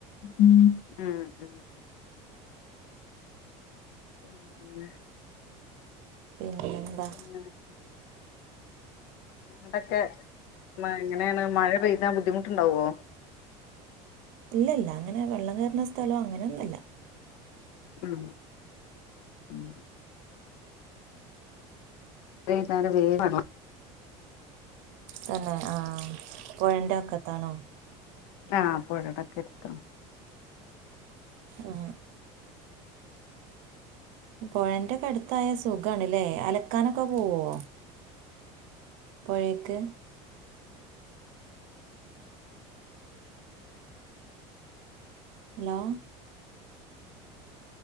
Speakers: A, on the left; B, on the right.
A: ഉം മ് മ് പിന്നെ
B: പിന്നെന്താ
A: പിന്നെ <unintelligible> എന്തൊക്കെ മയ് എങ്ങനേണ് മഴ പെയ്താ ബുദ്ധിമുട്ടുണ്ടാവോ
B: ഇല്ലല്ല അങ്ങനെ വെള്ളംകേറ്ണ സ്ഥലോ അങ്ങനൊന്നല്ല.
A: ഉം ഉം വൈന്നാരം <unintelligible>
B: തന്നെ ആ പൊഴന്റെക്കത്താണോ?
A: ആ പൊഴടെ കെരുത്താണ്
B: ആ ആ പൊഴന്റെക്കെ അടുത്തായ സുഖാണ്ലേ അലക്കാനൊക്കെ പോവോ പൊഴേക്ക് hello